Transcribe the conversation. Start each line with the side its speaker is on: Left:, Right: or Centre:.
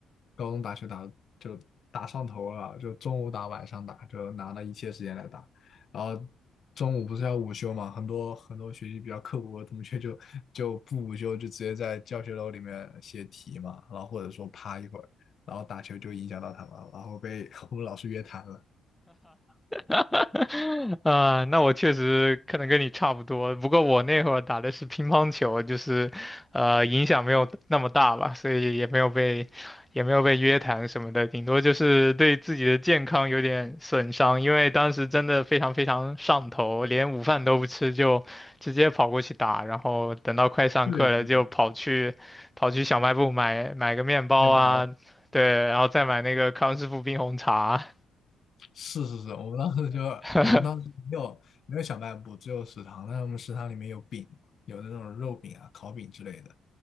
Left: 高中打球打得就打上头了，就中午打晚上打，就拿了一切时间来打。然后中午不是要午休嘛，很多很多学习比较刻苦的同学就就不午休，就直接在教学楼里面写题嘛，然后或者说趴一会儿，然后打球就影响到他们了，然后被 <laughs> 我们老师约谈了。
Centre: <laughs> 啊，那我确实可能跟你差不多，不过我那会儿打的是乒乓球，就是，呃，影响没有那么大吧，所以也没有被，也没有被约谈什么的，顶多就是对自己的健康有点损伤，因为当时真的非常非常上头，连午饭都不吃就直接跑过去打，然后等到快上课了就跑去，
Left: 对对对，
Centre: 跑去小卖部买买个面包啊，
Left: 面包。
Centre: 对，然后再买那个康师傅冰红茶。
Left: 是是是，我们当时就我们当时没有没有小卖部，
Centre: <laughs>
Left: 只有食堂。但是我们食堂里面有饼，有那种肉饼啊、烤饼之类的，